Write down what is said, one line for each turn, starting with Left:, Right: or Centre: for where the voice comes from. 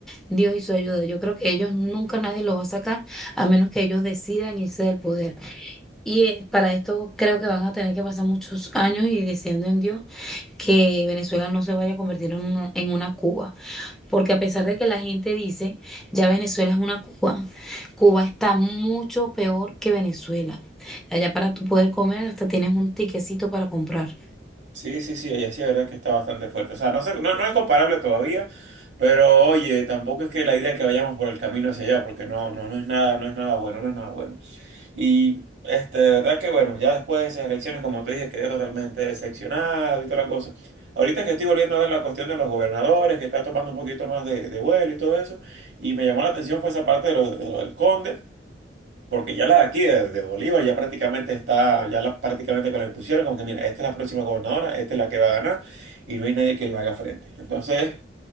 Centre: Dios y su ayuda. Yo creo que ellos nunca nadie lo va a sacar a menos que ellos decidan irse del poder. Y eh, para esto creo que van a tener que pasar muchos años y deseando en Dios que Venezuela no se vaya a convertir en una, en una Cuba. Porque a pesar de que la gente dice, ya Venezuela es una Cuba, Cuba está mucho peor que Venezuela. Allá para tú poder comer hasta tienes un tiquecito para comprar.
Right: Sí, sí, sí, ella sí, la verdad que está bastante fuerte. O sea, no, sé- no, no es comparable todavía, pero oye, tampoco es que la idea es que vayamos por el camino hacia allá, porque no, no, no es nada, no es nada bueno, no es nada bueno. Y este, de verdad que bueno, ya después de esas elecciones, como te dije, quedé totalmente decepcionado y toda la cosa. Ahorita que estoy volviendo a ver la cuestión de los gobernadores, que está tomando un poquito más de, de vuelo y todo eso, y me llamó la atención fue esa parte de lo, de lo del conde. Porque ya la de aquí, de, de Bolívar, ya prácticamente está, ya la, prácticamente que la impusieron, como que mira, esta es la próxima gobernadora, esta es la que va a ganar, y no hay nadie que le haga frente. Entonces,